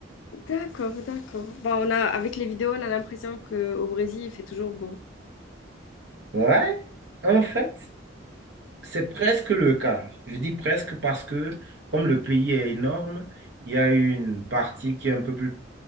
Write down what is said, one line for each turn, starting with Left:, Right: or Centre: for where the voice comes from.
Left: d'accord, d'accord. Bon, on a, avec les vidéos, on a l'impression qu'au Brésil, il fait toujours beau.
Right: Ouais, en fait, c'est presque le cas. Je dis presque parce que, comme le pays est énorme, il y a une partie qui est un peu plus